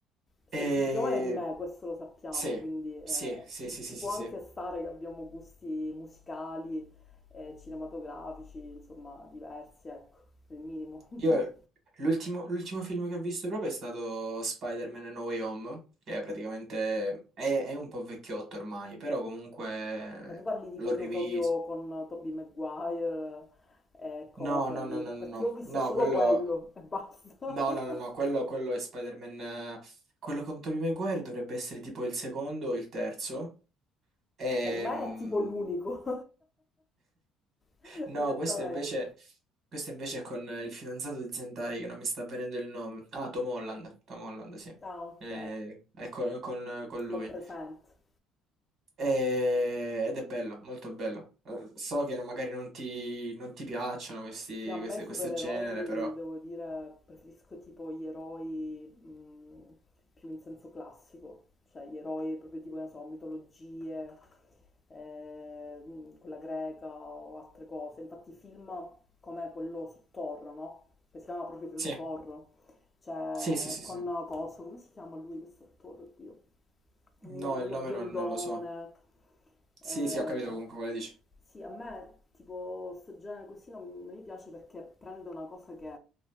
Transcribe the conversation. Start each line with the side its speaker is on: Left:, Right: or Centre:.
Left: sei
Right: E...
Left: più giovane di me, questo lo sappiamo,
Right: Sì,
Left: quindi eh,
Right: sì, sì,
Left: ci,
Right: sì, sì,
Left: ci
Right: sì,
Left: può anche
Right: sì.
Left: stare che abbiamo gusti musicali e cinematografici, insomma, diversi, ecco, il minimo.
Right: Io
Left: <laughs>
Right: l'ultimo l'ultimo film che ho visto proprio è stato Spider-Man No Way Home, che è praticamente è, è un po' vecchiotto ormai, però comunque
Left: Ma tu parli di
Right: l'ho
Left: quello
Right: rivisto.
Left: proprio con Tobey Maguire e cosa
Right: No, no,
Left: lì,
Right: no, no,
Left: perché
Right: no, no,
Left: io ho visto
Right: no,
Left: solo
Right: quello
Left: quello e basta.
Right: no, no, no, no, quello,
Left: <laughs>
Right: quello è Spider-Man eh, quello con Tobey Maguire dovrebbe essere tipo il secondo o il terzo. Ehm,
Left: Per me è tipo l'unico, <laughs>
Right: No,
Left: direttamente.
Right: questo invece, questo invece è con eh, il fidanzato di Zentai, che non mi sta venendo il nome. Ah, Tom Holland. Tom Holland, sì.
Left: Ah, ok,
Right: Eh, è co- con, con lui.
Left: l'ho presente.
Right: Eh, ed è bello, molto bello. Eh, So che non- magari non ti, non ti piacciono questi,
Left: Sì, a me
Right: questi-
Left: supereroi,
Right: questo genere, però.
Left: devo dire, preferisco tipo gli eroi mh, più in senso classico, cioè gli eroi proprio tipo, ne so, mitologie, eh, mh, quella greca o altre cose. Infatti i film come quello su Thor, no? Che si chiama proprio, credo,
Right: Sì,
Left: Thor, cioè
Right: sì, sì, sì,
Left: con
Right: sì.
Left: Coso, come si chiama lui questo attore, oddio? mi
Right: No,
Left: viene quello
Right: il nome
Left: biondone.
Right: non, non lo so. Sì,
Left: Eh,
Right: sì, ho capito comunque quale dici.
Left: sì, a me tipo sto genere così non, non mi piace perché prende una cosa che